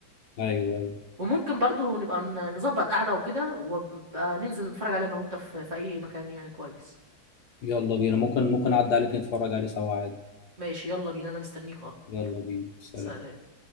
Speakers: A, on the left; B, on the right.
A: أيوه أيوه
B: وممكن برضو نبقى ن- نظبط قعده وكده وبقى ننزل نتفرج عليه انا وانت في في اي مكان يعني كويس
A: يلا بينا ممكن ممكن أعدي عليك نتفرج عليه سوا عادي
B: ماشي يلا بينا انا مستنيك اه
A: يلا بينا سلام
B: سلام